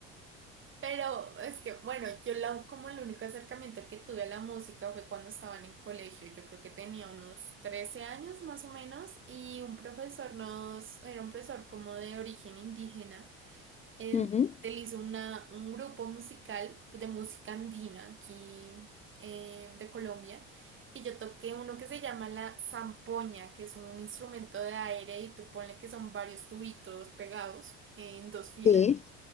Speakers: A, on the right; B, on the left.
A: Pero es que, bueno, yo la, como el único acercamiento que tuve a la música fue cuando estaba en el colegio. Yo creo que tenía unos 13 años más o menos y un profesor nos, era un profesor como de origen indígena. Él,
B: <laughs> Ujú.
A: él hizo una, un grupo musical de música andina aquí eh, de Colombia y yo toqué uno que se llama la zampoña, que es un instrumento de aire y tú ponle que son varios tubitos pegados en dos filas.
B: Sí.